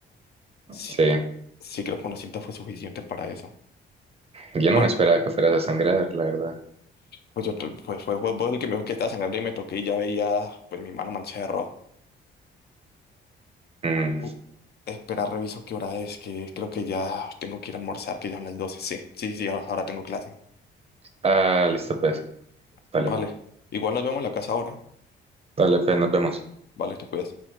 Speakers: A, on the left; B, on the right.
A: Sí,
B: Sí,
A: sí, creo que una cinta fue suficiente para eso.
B: yo no
A: Bueno,
B: me esperaba que fueras a sangrar, la verdad.
A: pues, yo, tr- pues fue, fue vos el que me dijo que estaba sangrando y me toqué y ya veía pues mi mano manchada de rojo.
B: Mm.
A: Uh, Espera, reviso qué hora es, que creo que ya tengo que ir a almorzar, que ya son las 12. Sí, sí, sí, ahora ahora tengo clase.
B: Ah, listo, pues. Dale,
A: Vale. Igual nos vemos en la casa ahora.
B: dale, pues nos vemos.
A: Vale, te cuidas.